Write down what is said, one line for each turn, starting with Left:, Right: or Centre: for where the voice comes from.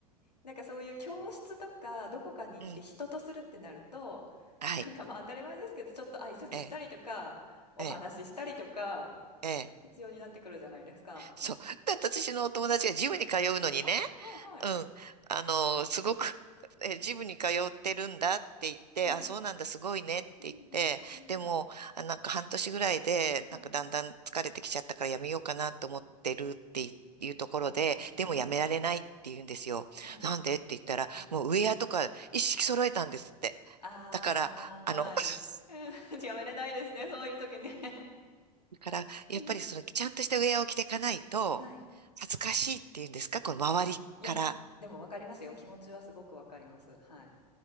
Left: なんかそういう教室とか、どこかに行って人とするってなると、
Right: うん、はい、
Left: なんかまあ当たり前ですけど、ちょっと挨拶したりとか、
Right: ええ、
Left: お話ししたりとか、
Right: ええ、ええ
Left: 必要になってくるじゃないですか。
Right: そう。<laughs> だって私のお友達がジムに通うのにね、
Left: あ、はいはい。
Right: うん、あの、すごく、<laughs> え、ジムに通ってるんだって言って、
Left: はい。
Right: あ、そうなんだ、すごいねって言って、
Left: うんうんうん。
Right: でも、あ、なんか半年ぐらいで、
Left: はい。
Right: なんかだんだん疲れてきちゃったからやめようかなと思ってるっていいうところで、
Left: へえ、
Right: でもやめられないって言うんですよ。
Left: はいはい。はい。
Right: なんでって言ったら、
Left: うん。
Right: もうウェアとか一式揃えたんですって。
Left: ああ、
Right: だから、あの、
Left: はい。
Right: <laughs>
Left: うん <laughs>、やめれないですね、そういう時ね。<laughs>
Right: だから、やっぱりその、
Left: うん。
Right: ちゃんとしたウェアを着ていかないと、
Left: はい。
Right: 恥ずかしいっていうんですか、この周りから。
Left: いや、でもわかりますよ。気持ちはすごくわかります。はい。